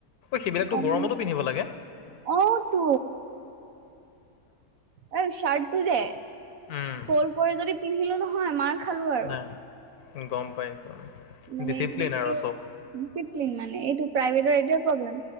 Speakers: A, on the left; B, on the right.
A: সেইবিলাকতটো
B: কম
A: গৰমতো পিন্ধিব লাগে।
B: অ তো এ চাৰ্ট টো যে
A: উম
B: ফ্ৰল কৰি যদি পিন্ধিলো নহয় মান খালো আৰু
A: নাই গ'ম পায়।
B: মানে
A: ডিচিপ্লেন
B: কি
A: আৰু চ'ব।
B: ডিচিপ্লিন মানে এইটো প্ৰাইভেটৰ এইটোৱে প্ৰব্লেম।